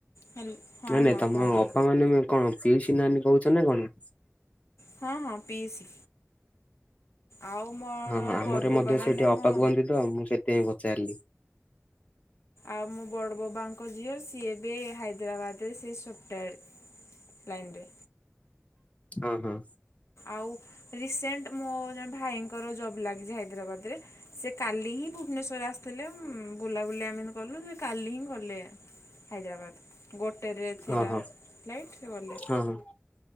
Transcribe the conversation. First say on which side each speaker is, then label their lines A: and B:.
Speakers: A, on the left; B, on the left.
A: ହେଲ ହଁ
B: ନାଇଁ ନାଇଁ
A: ହଁ
B: ତମ
A: କୁହନ୍ତୁ
B: ଅପା ମାନେ କଣ ପିଉସି ନାନୀ କହୁଛ ନା କଣ?
A: ହଁ ହଁ ପିଇସି। ଆଉ ମୋର
B: ହଁ ହଁ ଆମର
A: ବଡ଼ ବବା
B: ମଧ୍ୟ
A: ମାନେ
B: ସେଇଠି
A: ମୋ
B: <unintelligible> ସେଥିପାଇଁ ପଚାରିଲି
A: ଆଉ ମୋ ବଡ଼ ବବାଙ୍କ ଝିଅ ସିଏ ଏବେ ହାଇଦ୍ରାବାଦରେ ସେ ସଫ୍ଟୱୋର ଲାଇନରେ।
B: ଅ ହଁ।
A: ଆଉ ରିସେଣ୍ଟ ମୋ ଜଣେ ଭାଇଙ୍କର ଜବ୍ ଲାଗିଚି ହାଇଦ୍ରାବାଦରେ। ସେ କାଲି ହିଁ ଭୁବନେଶ୍ଵର ଆସିଥିଲେ। ବୁଲାବୁଲି ଆମେ ହେମିତି କଲୁ କାଲି ହିଁ ଗଲେ ହାଇଦ୍ରାବାଦ। ଗୋଟେରେ ଥିଲା
B: ଓହୋ
A: ଫ୍ଲାଇଟ୍ ସେ ଗଲେ।
B: ହଁ ହଁ